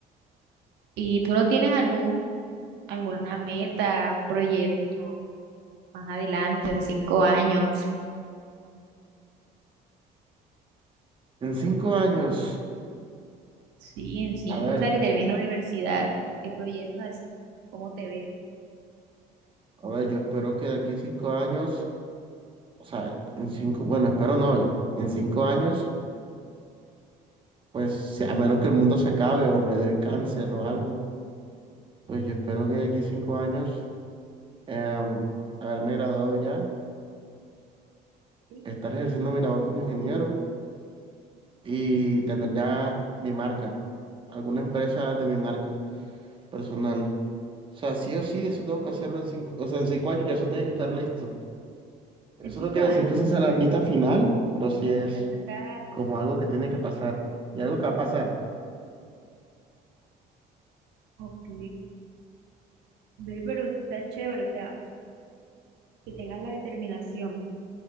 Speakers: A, on the right (about 85°); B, on the right (about 30°).
A: ¿Y tú no tienes algún, alguna meta, un proyecto más adelante, en cinco años?
B: en cinco años,
A: Sí, en cinco,
B: a ver.
A: o sea, que termines la universidad, ¿qué proyectos así? ¿Cómo te ves?
B: A ver, yo espero que de aquí a cinco años, o sea, en cinco, bueno, espero no, en cinco años, pues si- a menos que el mundo se acabe o me dé cáncer o algo, pues yo espero que de aquí a cinco años em, haberme graduado ya,
A: Sí,
B: estar ejerciendo mi labor como ingeniero y tener ya mi marca, alguna empresa de mi marca personal. O sea, sí o sí, eso tengo que hacerlo en cinco, o sea, en cinco años ya eso tiene que estar listo. Eso
A: en cinco
B: no quiere
A: años,
B: decir que esa
A: uh,
B: sea la
A: pero
B: meta
A: eso
B: final, pero sí es.
A: también está
B: como algo que tiene que pasar y algo que va a pasar.
A: Ok, ve, pero eso está chévere, o sea, que tengas la determinación,